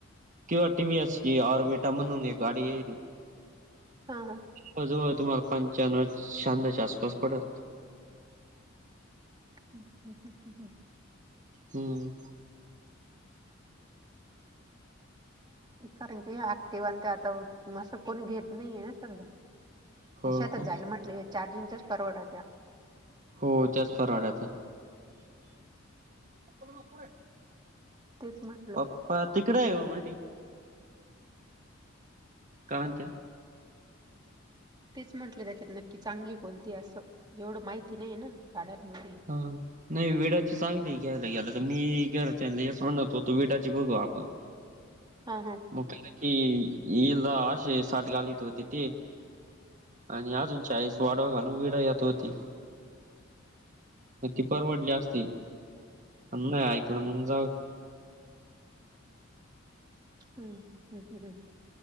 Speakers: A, on the right; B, on the right.
A: किंवा टी व्ही एस ची, ऑर्बिटा म्हणून एक गाडी ययले.
B: हा हा.
A: जवळ जवळ तुम्हाला पांच्यानो शाहानोच्या आसपास पडेल.
B: ह <unintelligible>
A: हम्म.
B: कारण की ह्या ऍक्टिवान ते आता असं कोणी घेत नाहीये ना सध्या.
A: हो
B: अन शेतात
A: का
B: जायला म्हंटल्याव ह्या चार्जिंगच्याच परवडत्या.
A: हो त्याच परवडत्या. आप मपोर आहे <unintelligible>
B: तेच म.
A: पप्पा तिकडय ओ मधी. काय म्हणत्या?
B: तेच म्हंटले त्याच्यात नक्की चांगली कोणतीय असं. एवढं माहिती नाहीये ना गडांमधी.
A: ह, ह. नाही विेडाची चांगलीय घ्यायला गेल त. मी घराच्याला हेच म्हणत होतो. विेडाची बघू आपण. ह <unintelligible>
B: ह, ह.
A: <unintelligible> की ईला अशे साठ घालीत होते ते. आणि अजून चाळीस वाडवा घालून. विडा यत होती. म ती परवडली असती. पण नाही ऐकलं मग जाऊद्या.
B: हम् ह् हम् हम् हम्